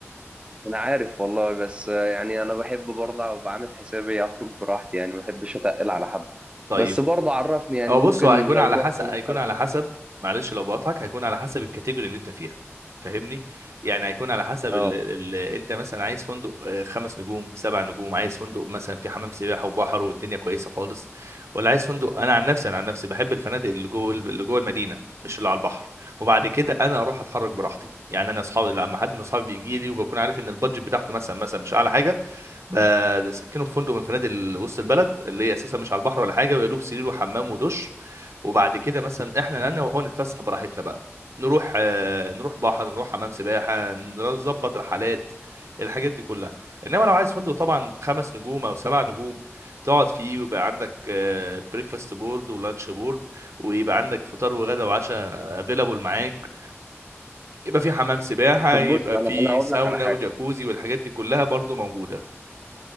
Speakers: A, on the right; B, on the right.
A: انا عارف والله بس آه، يعني انا بحب برضه ابقى عامل حسابي اخرج براحتي يعني ما بحبش اتقل على حد
B: طيب
A: بس برضه عرفني يعني
B: هو
A: ممكن
B: بص هو هيكون
A: لو
B: على
A: رحت
B: حسب
A: مثلا
B: هيكون على حسب معلش لو بقطعك هيكون على حسب الكاتيجوري اللي انت فيها فاهمني يعني هيكون على حسب
A: اه
B: ال... ال... انت مثلا عايز فندق آه، خمس نجوم سبع نجوم عايز فندق مثلا في حمام سباحه وبحر والدنيا كويسه خالص ولا عايز فندق انا عن نفسي انا عن نفسي بحب الفنادق اللي جوه اللي جوه المدينه مش اللي على البحر وبعد كده انا اروح اتحرك براحتي يعني انا اصحابي لما حد من اصحابي بيجي لي وبكون عارف ان البادجت بتاعته مثلا مثلا مش اعلى حاجه بسكنه في فندق من فنادق ال- وسط البلد اللي هي اساسا مش على البحر ولا حاجه ويا دوب سرير وحمام ودش وبعد كده مثلا احنا انا وهو نتفسح براحتنا بقى نروح آه، نروح بحر نروح حمام سباحه نظبط رحلات الحاجات دي كلها انما لو عايز فندق طبعا خمس نجوم او سبع نجوم تقعد فيه ويبقى عندك بريكفاست بورد ولانش بورد ويبقى عندك فطار وغدا وعشاء افيلابل معاك يبقى في حمام سباحه
A: طب
B: يبقى
A: بص انا
B: في
A: انا هقول
B: ساونا
A: لك على حاجه
B: وجاكوزي والحاجات دي كلها برضو موجوده